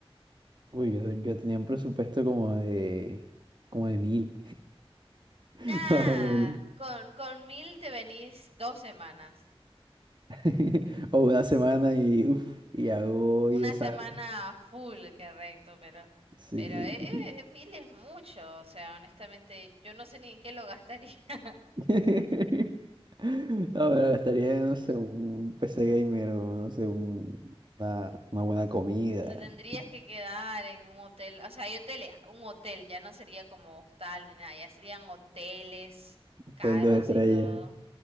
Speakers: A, on the right; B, on the right.
A: Uy, yo, yo tenía un presupuesto como de, como de mil, <laughs>
B: Nah,
A: más o menos.
B: con, con 1000 te venís dos semanas.
A: <laughs> O una semana y, uff, y hago
B: Una
A: y deshago.
B: semana full, correcto, pero,
A: Sí,
B: pero
A: sí.
B: eh, eh, mil es mucho, o sea, honestamente, yo no sé ni en qué lo gastaría. <laughs>
A: <laughs> No, pero gastaría, no sé, un PC gamer o no sé, un- una, una buena comida,
B: No tendrías que quedar en un hotel, o sea, hay hoteles, un hotel, ya no sería como hostal ni nada, ya serían hoteles
A: un
B: caros
A: hotel dos estrellas.
B: y todo,